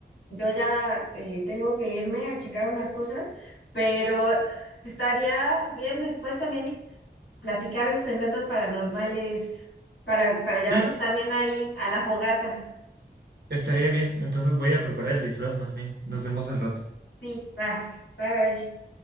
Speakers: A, on the left (about 85°); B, on the right (about 70°).
A: yo ya eh, tengo que irme a checar unas cosas, pero estaría bien después también platicar esos encuentros paranormales para, para llevarlos
B: Sí, sí.
A: también ahí a la fogata.
B: Estaría bien. Entonces voy a preparar el disfraz más bien. Nos vemos al rato.
A: Sí, va, bye, bye.